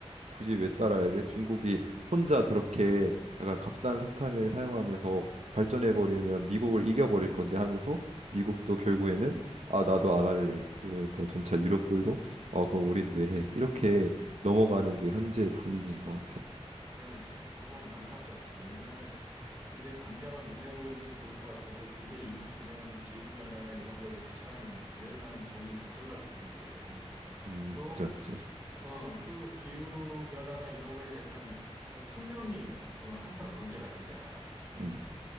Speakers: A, on the right (about 80°); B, on the right (about 20°).
A: 굳이 왜 따라야 돼? 중국이 혼자 저렇게 약간 값싼 석탄을 사용하면서 발전해 버리면 미국을 이겨 버릴 건데 하면서 미국도 결국에는 아 나도 안 할래. 그러면서 점차 유럽들도 어 그럼 우린 왜 해? 이렇게 넘어가는 게 현재 분위기인 것 같아.
B: 그러니까 조금 안타깝지. 왜냐하면 그게 당장은 눈에 보이기엔 좋은 것 같아도 그게 일으키는 기후변화나 이런 거에 대처하는, 대응하는 돈이 더 들어갈 수도 있거든.
A: 음,
B: 또,
A: 맞지 맞지.
B: 기- 어, 그리고 기후변화나 이런 거에 대해서는 어, 생명이 어, 항상 관계가 되잖아.
A: 음,